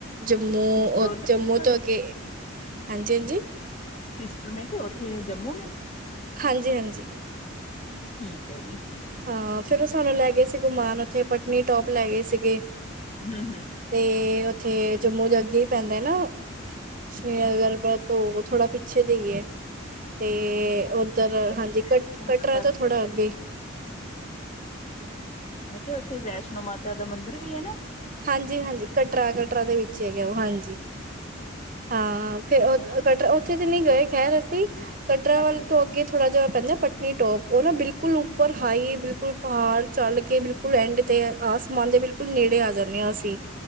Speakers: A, on the right (about 40°); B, on the left (about 30°).
A: ਜੰਮੂ,
B: ਅੱਛਾ ਸਿਸਟਰ
A: ਓ
B: ਉਧਰ
A: ਜੰਮੂ
B: ਤੁਹਾਡੇ
A: ਤੋਂ ਅਗੇ ਹਾਂਜੀ, ਹਾਂਜੀ।
B: ਸਿਸਟਰ ਮੈਂ ਕੇਆ ਓਥੇ, ਜੰਮੂ ਨੇ?
A: ਹਾਂਜੀ, ਹਾਂਜੀ।
B: ਠੀਕ ਹੈ ਜੀ।
A: ਹਾਂ, ਫੇਰ ਓ ਸਾਨੂੰ ਲੈਗੇ ਸੀ ਘੂਮਾੰਨ ਉਥੇ ਪਟਨੀ ਟੋਪ ਲੈਗੇ ਸੀਗੇ।
B: ਹੂੰ ਹੂੰ
A: ਤੇ ਉਥੇ ਜੰਮੂ ਦੇ ਅੱਗੇ ਹੀ ਪੈਂਦਾ ਨਾ। ਸ਼੍ਰੀਨਗਰ ਪਰ ਥੋੜਾ ਪਿੱਛੇ ਦਈ ਏ। ਤੇ ਉਧਰ
B: ਵੈਸ਼ਨੋ
A: ਹਾਂਜੀ ਕਟ
B: ਮਾਤਾ
A: ਕਟਰਾ ਤੋਂ
B: ਦਾ
A: ਥੋੜਾ
B: ਮੰਦਿਰ
A: ਅੱਗੇ
B: ਮੈਂ ਕਿਹਾ ਉਥੇ ਵੈਸ਼ਨੋ ਮਾਤਾ ਦਾ ਮੰਦਿਰ ਵੀ ਹੈਨਾ।
A: ਹਾਂਜੀ-ਹਾਂਜੀ ਕਟਰਾ-ਕਟਰਾ ਦੇ ਵਿੱਚ ਹੈਗੇ ਉਹ ਹਾਂਜੀ ਹਾਂ ਫੇਰ ਉਧਰ ਕਟਰਾ ਉਥੇ ਤੇ ਨਹੀਂ ਗਏ ਖੈਰ ਅਸੀਂ ਕਟਰਾ ਵੱਲ
B: ਅੱਛਾ ਜੀ
A: ਤੋਂ ਅੱਗੇ ਥੋੜ੍ਹਾ ਜਿਹਾ ਪੈਂਦਾ ਪਟ ਨੀ ਟੋਪ ਉਹ ਨਾ ਬਿਲਕੁਲ ਉਪਰ ਹਾਈ ਬਿਲਕੁਲ ਪਹਾੜ ਚੱਲ ਕੇ ਬਿਲਕੁਲ ਐਂਡ ਤੇ ਹੈ। ਆਸਮਾਨ ਦੇ ਬਿਲਕੁਲ ਨੇੜੇ ਆ ਜਾਂਦੇ ਹਾਂ ਅਸੀਂ